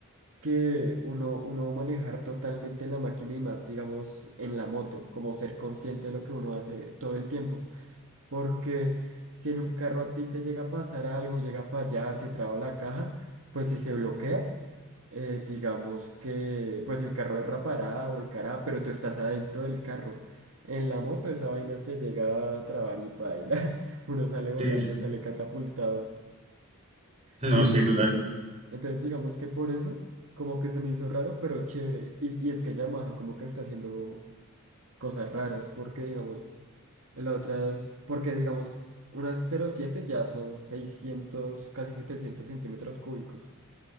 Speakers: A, on the right; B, on the right.
A: que uno, uno manejar totalmente la máquina y más, digamos, en la moto, como ser consciente de lo que uno hace todo el tiempo. Porque si en un carro a ti te llega a pasar algo, llega a fallar, se traba la caja, pues si se bloquea, eh, digamos que pues el carro derrapará, volcará, pero tú estás adentro del carro. En la moto esa vaina se llega a trabar y paila. <laughs> Uno sale volando,
B: Sí, sí.
A: sale catapultado.
B: No,
A: ¿Sientes?
B: sí, total.
A: Entonces, digamos que por eso, como que se me hizo raro, pero chévere. Y, y es que Yamaha como que está haciendo cosas raras, porque digamos, la otra es, porque digamos, unas cero coma siete ya son 600 casi 700 centímetros cúbicos.